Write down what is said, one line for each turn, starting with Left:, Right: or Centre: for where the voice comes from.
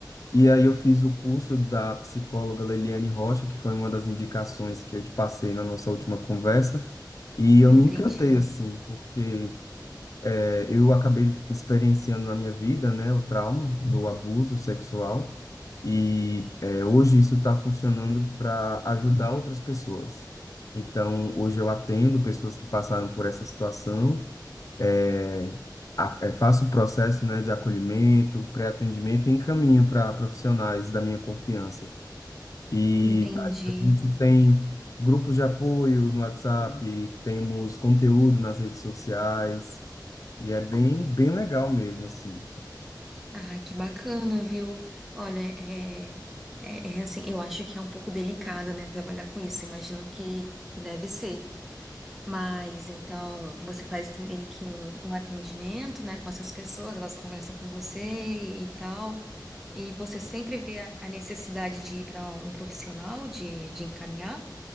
Left: e aí eu fiz o curso da psicóloga Leliane Rocha, que foi uma das indicações que eu te passei na nossa última conversa, e eu
Centre: Entendi,
Left: me encantei, assim, porque. É, eu acabei experienciando na minha vida, né, o trauma do abuso sexual e é, hoje isso está funcionando para ajudar outras pessoas. Então, hoje eu atendo pessoas que passaram por essa situação, é, a- é, faço o processo, né, de acolhimento, pré-atendimento e encaminho para profissionais da minha confiança. E
Centre: entendi.
Left: aí a gente tem grupos de apoio no WhatsApp, temos conteúdo nas redes sociais, e é bem, bem legal mesmo, assim.
Centre: Ai, que bacana, viu? Olha, é, é, é assim, eu acho que é um pouco delicado, né, trabalhar com isso. Imagino que, que deve ser. Mas então você faz meio que um, um atendimento, né, com essas pessoas, elas conversam com você e tal. E você sempre vê a a necessidade de ir para um profissional, de, de encaminhar?